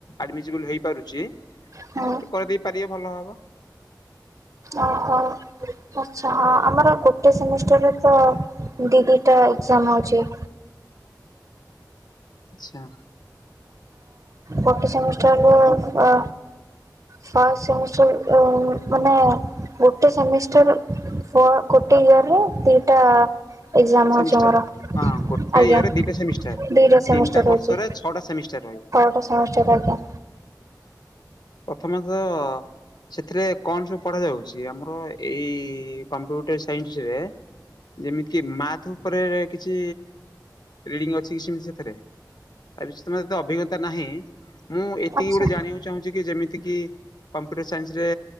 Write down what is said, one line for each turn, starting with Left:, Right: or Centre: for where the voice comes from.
Left: ଆଡମିଜିବୁଲ ହେଇପାରୁଛି।
Right: ହଁ ହଁ
Left: ସେଇଠୁ କରିଦେଇ ପାରିବେ ଭଲ ହବ।
Right: ଓହୋ। ଆଛା ହଁ। ଆମର ଗୋଟେ ସେମିଷ୍ଟରରେ ତ ଦି ଦିଟା ଏଜାମ ହଉଛି।
Left: ଆଚ୍ଛା।
Right: ଗୋଟେ ସେମିଷ୍ଟରରୁ ଆ ଫାଷ୍ଟ ସେମିଷ୍ଟର ଊ ମାନେ ଗୋଟେ ସେମିଷ୍ଟର ଗୋଟେ ଇୟରେ ଦିଟା ଏକ୍ଜାମ
Left: ସେମିଷ୍ଟାର।
Right: ହଉଛି ଆମର
Left: ହଁ ଗୋଟେ
Right: ଆଜ୍ଞା।
Left: ଇୟରରେ ଦିଟା ସେମିଷ୍ଟାର।
Right: ଦିଟା ସେମିଷ୍ଟାର
Left: ତିନିଟା ବର୍ଷରେ
Right: ହଉଛି
Left: ଛଅଟା ସେମିଷ୍ଟାର ରହିବ।
Right: <unintelligible>
Left: ପ୍ରଥମେ ତ ସେଥିରେ କଣ ସବୁ ପଢା ଯାଉଛି। ଆମର ଏଇ କମ୍ପ୍ୟୁଟର ସାଇନ୍ସ ରେ ଯେମିତି କି ମାଥ ଉପରେ କିଛି ରେଡିଙ୍ଗ ଅଛି କି ସେମତି ସେଥିରେ। ଏ ବିଷୟରେ ତମୋର ଅଭିଜ୍ଞତା ନାହିଁ। ମୁଁ ଏତିକି
Right: ଆଚ୍ଛା
Left: ଗୋଟେ ଜାଣିବାକୁ ଚାହୁଚିକି ଯେମିତି କମ୍ପୁଟର ସାଇନ୍ସରେ